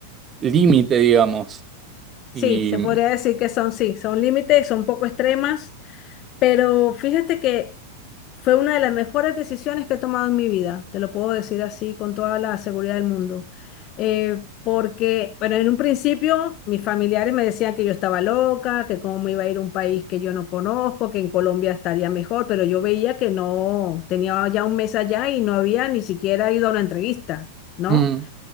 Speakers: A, on the right (about 25°); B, on the left (about 35°).
A: límite, digamos. Y
B: Sí, se podría decir que son, sí, son límites, son poco extremas, Pero fíjate que fue una de las mejores decisiones que he tomado en mi vida, te lo puedo decir así con toda la seguridad del mundo. Eh, porque, bueno, en un principio mis familiares me decían que yo estaba loca, que cómo me iba a ir a un país que yo no conozco, que en Colombia estaría mejor, pero yo veía que no, tenía ya un mes allá y no había ni siquiera ido a una entrevista, ¿no?
A: mm,